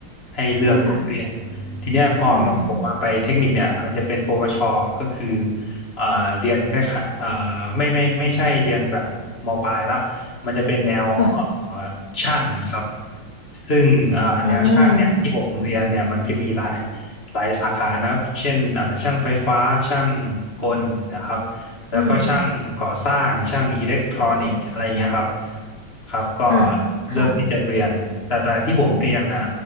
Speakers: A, on the left; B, on the left.
A: ให้เลือกเรียน
B: ใช่ค่ะ
A: ทีเนี้ยพอมาผมมาไปเทคนิคเนี่ยมันจะเป็นปวชก็คือ
B: อืมอืม
A: อ่าเรียนแค่ายๆอ่าไม่ไม่ไม่ใช่เรียนแบบมปลายละมันจะเป็นแนวเอ่อเอ่อ
B: ค่ะ
A: ช่างครับซึ่งเอ่อแนวช่างเนี่ยที่ผมเรียนเนี่ยมันจะมีหลาย
B: อ่า
A: หลายสาขานะครับเช่นเอ่อช่างไฟฟ้าช่างกลนะครับ แล้วก็ช่างก่อสร้างช่างอิเล็กทรอนิกส์อะไรเงี้ยครับ
B: อืม
A: ครับก็
B: อ่า
A: เลือกที่จะเรียนแต่แต่ที่ผมเรียนน่ะ
B: ค่ะ